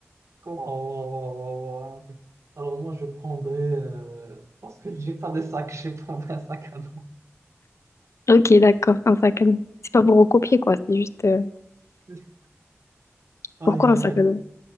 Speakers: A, on the right; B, on the left.
A: Waouh, waouh, waouh, waouh, waouh. Alors moi, je prendrais... euh, parce que j'ai pas de sac, <laughs> je prendrais un sac à dos.
B: Ok, d'accord, un sac à dos. C'est pas pour recopier, quoi. C'est juste... euh,
A: <laughs> Aïe,
B: Pourquoi
A: aïe,
B: un sac
A: aïe.
B: à dos?